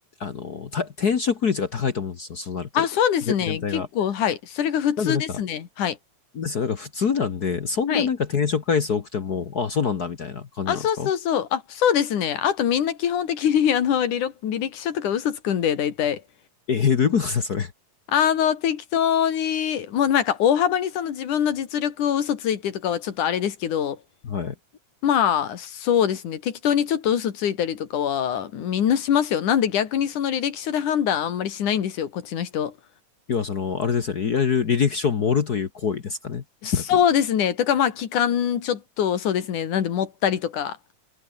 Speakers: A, on the left; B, on the left.
A: あの、た転職率が高いと思うんですよ。そうなると。
B: あ、そうですね。
A: ぜ全体が。
B: 結構、はい。それが普通ですね。
A: なんで、なんか、
B: はい。
A: ですよ。なんか、普通なんで、そんななんか転職回数多くても、
B: はい。
A: ああ、そうなんだ、みたいな感じなんですか
B: あ、そうそうそう。あ、そうですね。あとみんな基本的に、<laughs> あの、履歴履歴書とか嘘つくんで、大体。
A: え <laughs> えーどういうことですか、それ。
B: あの、適当に、もうなんか大幅にその自分の実力を嘘ついてとかはちょっとあれですけど、
A: はい。
B: まあ、そうですね。適当にちょっと嘘ついたりとかは、みんなしますよ。なんで逆にその履歴書で判断あんまりしないんですよ、こっちの人。
A: 要は、その、あれですよね。いわゆる履歴書を盛るという行為ですかね。
B: そうですね。
A: おそらく。
B: とか、まあ、期間ちょっと、そうですね。なんで持ったりとか。